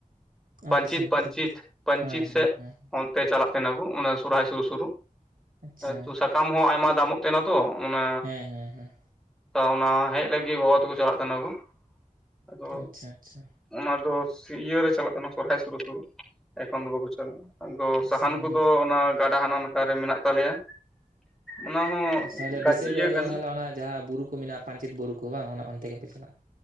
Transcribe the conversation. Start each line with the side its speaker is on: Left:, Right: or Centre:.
Centre: ᱯᱟᱹᱱᱪᱤᱛ,
Right: ᱟᱪᱪᱷᱟ ᱟᱪᱪᱷᱟ
Centre: ᱯᱟᱹᱱᱪᱤᱛ,
Right: ᱟᱪᱪᱷᱟ
Centre: ᱯᱟᱹᱱᱪᱤᱛ
Right: ᱦᱮᱸ ᱦᱮᱸ
Centre: ᱥᱮ
Right: ᱦᱮᱸ
Centre: ᱚᱱ ᱛᱮ ᱪᱟᱞᱟᱜ ᱛᱟᱦᱮ ᱱᱟᱠᱩ, ᱚᱱᱟ ᱥᱚᱨᱦᱟᱭ ᱥᱩᱨᱩᱜ ᱥᱩᱨᱩᱜ
Right: ᱟᱪᱪᱷᱟ
Centre: ᱛᱚ ᱥᱟᱠᱟᱢ ᱦᱚᱸ ᱟᱭᱢᱟ ᱫᱟᱢᱚᱜ ᱛᱟᱦᱮᱱᱟ ᱛᱚ᱾ ᱚᱱᱟ,
Right: ᱦᱮᱸ ᱦᱮᱸ ᱦᱮᱸ
Centre: ᱚᱱᱟ ᱦᱮᱡ ᱞᱟᱹᱜᱤᱫ ᱜᱚᱜᱚ ᱛᱟᱠᱚ ᱪᱟᱞᱟᱜ ᱠᱟᱱᱟ ᱠᱚ ᱾ ᱟᱫᱚ
Right: ᱟᱪᱪᱷᱟ ᱟᱪᱪᱷᱟ
Centre: ᱚᱱᱟ ᱫᱚ ᱤᱭᱟᱹ ᱨᱮ ᱪᱟᱞᱟᱜ ᱠᱟᱱᱟ ᱥᱚᱨᱦᱟᱭ ᱥᱩᱨᱩᱜ, ᱥᱩᱨᱩᱜ ᱮᱠᱷᱚᱱ ᱫᱚ ᱵᱟᱠᱚ ᱪᱟᱞᱟᱜᱼᱟ ᱾ ᱟᱫᱚ
Right: ᱟᱪᱪᱷᱟ
Centre: ᱥᱟᱦᱟᱱ ᱠᱚᱫᱚ
Right: ᱫᱚ
Centre: ᱚᱱᱟ ᱜᱟᱰᱟ ᱦᱟᱱᱟ ᱞᱮᱠᱟᱨᱮ ᱢᱮᱱᱟᱜ ᱛᱟᱞᱮᱭᱟ᱾ ᱚᱱᱟ ᱦᱚᱸ
Right: ᱟᱪᱪᱷᱟ ᱡᱟ
Centre: ᱜᱟᱡ
Right: ᱰᱤᱥᱮᱥᱜᱚᱨ
Centre: ᱤᱭᱟᱹ
Right: ᱨᱮ
Centre: ᱠᱟᱱᱟ
Right: ᱛᱟᱦᱚᱞᱮ ᱚᱱᱟ ᱡᱟᱦᱟᱸ ᱵᱩᱨᱩ ᱠᱚ ᱢᱮᱱᱟᱜᱼᱟ, ᱯᱟᱧᱪᱮᱛ ᱵᱩᱨᱩ ᱠᱚ ᱵᱟᱝ ᱚᱱᱟ ᱚᱱᱛᱮ ᱜᱮᱯᱮ ᱪᱟᱞᱟᱜᱼᱟ᱾